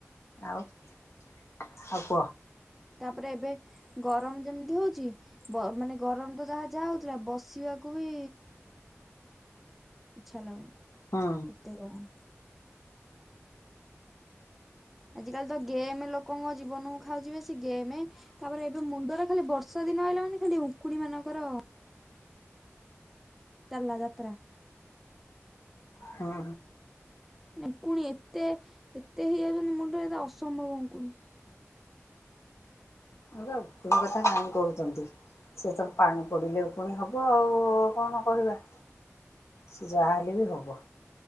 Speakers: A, on the left (about 70°); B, in the centre.
A: ଆଉ ଆଉ କୁହ?
B: ତାପରେ ଏବେ ଗରମ ଯେମିତି ହଉଛି ବ ମାନେ ଗରମ ତ ଯାହା ଯାହା ହଉଥିଲା ବସିବାକୁ ବି ଇଚ୍ଛା ଲାଗୁନି।
A: ହୁଁ
B: ଏତେ ଗରମ ଆଜିକାଲି ତ ଗେମ୍ ଲୋକଙ୍କ ଜୀବନକୁ ଖାଉଛିି ବେସି ଗେମ ତାପରେ ଏବେ ମୁଣ୍ଡ ରେ ଖାଲି ବର୍ଷା ଦିନ ଆଇଲା ମାନେ ଖାଲି ଉଙ୍କୁଣି ମାନଙ୍କର ଚାଲ୍ଲା ଯାତ୍ରା।
A: ହଁ।
B: ଉଙ୍କୁଣି ଏତେ ଏତେ ହେଇଯାଉଛନ୍ତି ମୁଣ୍ଡରେ ଏ ଅସମ୍ଭବ ଉଙ୍କୁଣି।
A: ଉକୁଣୀ କଥା କାଇଁ କହୁଛନ୍ତି। ସେ ତ ପାଣି ପଡ଼ିଲେ ପୁଣି ହବ ଆଉ କଣ କରିବା। ସେ ଯାହାହଲେ ବି ହେବ।